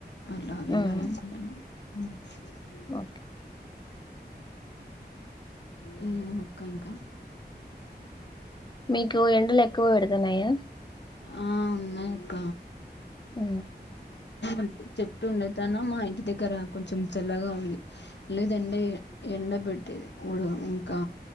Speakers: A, on the left; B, on the left.
A: అలా వెళ్ళాలి
B: ఉమ్,
A: అనుకుంటున్నా ఉ విన్పిదు
B: ఓకే
A: ఉ ఏమక్క ఇంకా
B: మీకు ఎండలు ఎక్కువ పెడుతున్నాయా
A: ఆ ఉన్నాయి అక్క
B: ఉ
A: అయితే చెట్టు ఉండే తన మా ఇంటి దగ్గర కొంచెం చల్లగా ఉంది లేద ఎండ ఎండ పెట్టేది ఉడు ఇంకా